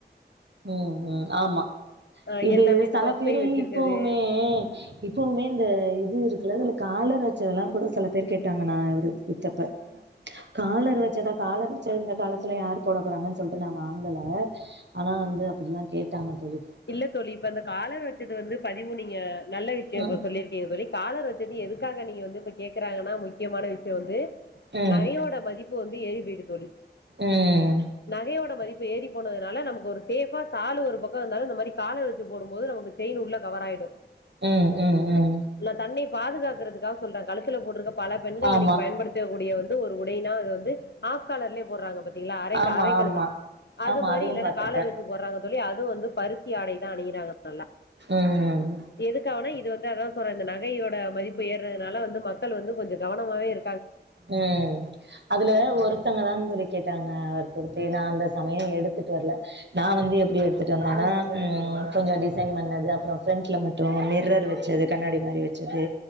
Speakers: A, on the right; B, on the left.
A: ம் ம் ஆமா
B: ஆ
A: இது
B: எல்லாமே இந்த
A: செல
B: பஃப்
A: பேரு
B: கை வச்சிருக்கது
A: இப்பவுமே இப்பவுமே இந்த இது இருக்குல்ல அதுல காலர் வச்சதல்லா கூட செல பேர் கேட்டாங்க நா வித்தப்ப
B: <unintelligible>
A: காலர் வெச்சதா காலர் வெச்சா இந்த காலத்ல யார் போட போறான் சொல்லிட்டு நா வாங்கல ஆனா வந்து அப்புட்லா கேட்டாங்க தோழி
B: இல்ல தோழி இப்ப அந்த காலர் வெச்சது வந்து பதிவு நீங்க நல்ல விஷ்யோ
A: ம்
B: இப்ப சொல்லிருக்கிங்க தோழி காலர் வெச்சது எதுக்காக நீங்க வந்து இப்ப கேக்கறாங்கனா முக்யமான விஷ்யோ வந்து
A: ம்
B: நகையோட மதிப்பு வந்து ஏறி போய்ட்டு தோழி
A: ம்
B: நகையோட மதிப்பு ஏறி போனதுனால நமக்கு ஒரு சேஃபா சாலு ஒரு பக்கோ இர்ந்தாலு நம் அஇது மாரி காலர் வெச்சு போடும் போது நமக்கு செய்ன் உள்ள கவர் ஆய்டு
A: ம் ம் ம்
B: ல தன்னே பாதுகாக்குறதுக்காக சொல்ற கழுத்துல போட்டுக்க பல பெண்கள்
A: ஆமா
B: இன்னிக் பயன்படுத் த கூடிய வந்து ஒரு உடைனா அது வந்து ஆஃப் காலர்லே போட்றாங்க பாத் திங்ளா அரைக்
A: ஆமா
B: அரைக்கழுத்து
A: ஆமா
B: அது
A: ஆமா
B: மாரி
A: அதுவு
B: இல்லனா
A: பாத்திருக்கே
B: காலர் வெச்சு போட்றாங்க தோழி அது வந்து பருத்தி ஆடைதா அணியிறாங்க நல்லா
A: ம்
B: எதுக்காகனா இது வந்து அதா சொல்ற இந்த நகையோட மதிப்பு ஏறதுனால வந்து மக்கள் வந்து கொஞ்ச கவனமாகவே இரு
A: ம் அதுல ஒருத்தங்க தா தோழி கேட்டாங்க அவ த்தே நா அந்த சமய எடுத்துட்டு வர்ல நா வந்து எப்டி எடுத்துட்டு வந்தேன்னா ம் கொஞ்ச டிசைன் பண்ணது அப்புற ஃப்ரண்ட்ல மட்டு மிரர் வச்சது கண்ணாடி மாரி வச்சது